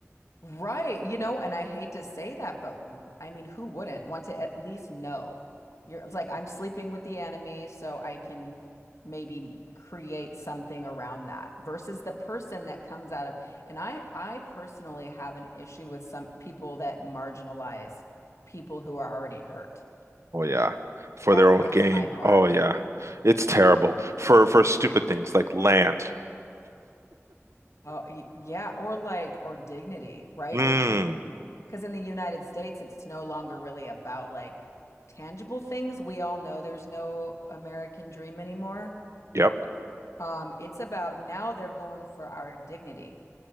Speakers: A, on the left; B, on the right.
A: Right, you know, and I hate to say that, but I mean, who wouldn't want to at least know? You're it's like I'm sleeping with the enemy, so I can maybe create something around that versus the person that comes out of, and I I personally have an issue with some people that marginalize people who are already hurt.
B: <laughs> Oh yeah. For
A: That
B: their
A: hurts
B: own gain.
A: my heart.
B: Oh yeah. It's terrible. For for stupid things like land.
A: Oh, y- yeah, or like or dignity, right?
B: Mm.
A: It because because in the United States, it's no longer really about like tangible things. We all know there's no American dream anymore.
B: Yep.
A: Um, it's about now they're going for our dignity,